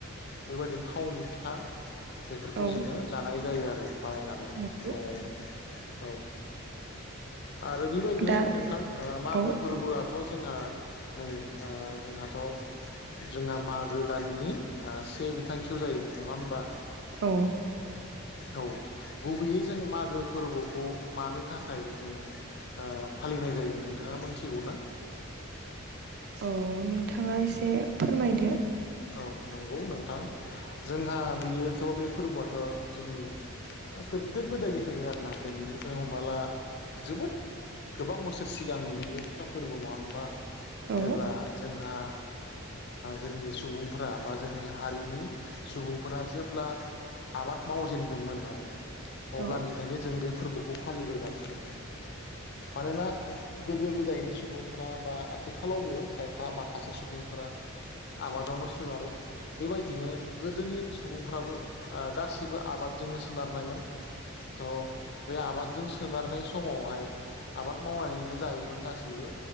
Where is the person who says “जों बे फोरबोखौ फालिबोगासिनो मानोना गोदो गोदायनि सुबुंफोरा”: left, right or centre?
Left